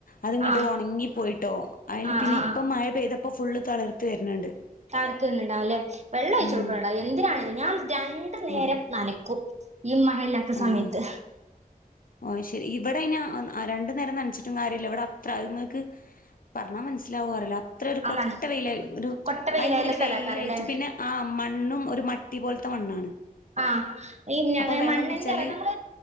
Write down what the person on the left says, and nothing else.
അത്ങ്ങോട്ട്
ഉണങ്ങി പോയിട്ടോ അതിൽ
പിന്നെ
ഇപ്പം
മഴ പെയ്തപ്പോൾ ഫുള്ള് തളർത്ത് വരുന്നുണ്ട്
ഉം
വല
ആഹ്
ഓ ശെരി ഇവിടെ രണ്ടു നേരം നനച്ചിട്ടും കാര്യല്ല ഇവിടെ അത്ര അങ്ങൾക്ക് പറഞ്ഞാൽ മനസ്സിലാവോ അറില്ല അത്ര ഒരു
കൊട്ട
വെയിലായി ഒരു
ഭയങ്കര
വെയിലായിട്ട് പിന്നെ ആ മണ്ണും ഒരു അട്ടി പോലത്തെ മണ്ണാണ്.
അപ്പൊ വെള്ളം
കുടിച്ചാല്